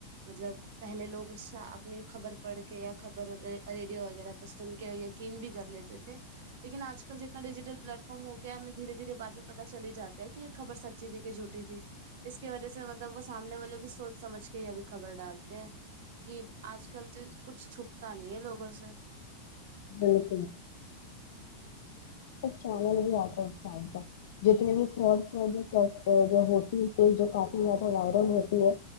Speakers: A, on the right; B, on the left.
A: مطلب پہلے لوگ اپنی خبر پڑھ کے یا خبر ریڈیو وغیرہ پہ سن کے یا یقین بھی کر لیتے تھے لیکن آج کل جتنا ڈیجیٹل پلیٹ فارم ہو گیا ہے ہمیں دھیرے دھیرے بعد میں پاتا چال ہی جاتا ہے کی خبر سچی تھی کہ جھوٹی تھی اس کی وجہ سے مطلب وہ سامنے والے بھی سونچ سمجھ کے یہ ابھی خبر ڈالتے ہیں کہ آج کل سے کچھ چھپتا نہیں ہے لوگوں سے
B: بالکل چینل بھی آتا ہے اس ٹائم کا جتنے بھی فروڈ جو ہوتی پیج جو کافی زیادہ وائرل ہوتی ہے